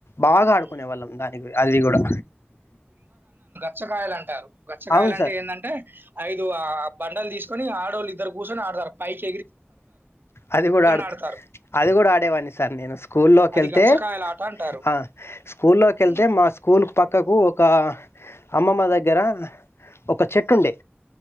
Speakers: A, on the left; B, on the right.
A: బాగా ఆడుకునే
B: హ్మ్.
A: వాళ్ళం దానికి అది కూడా
B: పచ్చకాయలంటారు గచ్చకాయలంటే
A: అవును సార్
B: ఎందంటే ఐదు ఆ బండల్ తీస్కొని ఆడోళ్ కుసోని ఆడ్ పైచ్
A: అది కూడా ఆడుత
B: ఆడతారు
A: అది కూడా ఆడేవాన్ని సార్ నేను స్కూల్లోకి
B: అది
A: వెళ్తే
B: గచ్చకాయల ఆట అంటారు
A: ఆ స్కూల్ లోకి
B: హ్మ్
A: వెళ్తే మా స్కూల్ స్కూల్ పక్కకు ఒక అమ్మమ్మ దగ్గర ఒక చెట్టు ఉండే